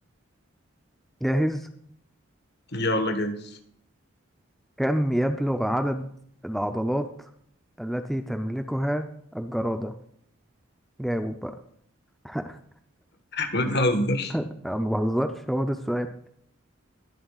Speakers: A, in the centre; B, on the left.
A: جاهز
B: يلا جايز
A: كم يبلغ عدد العضلات التي تملكها الجرادة جاوب بقى <laughs>
B: بتهزر
A: أنا ما بهزرش هو ده السؤال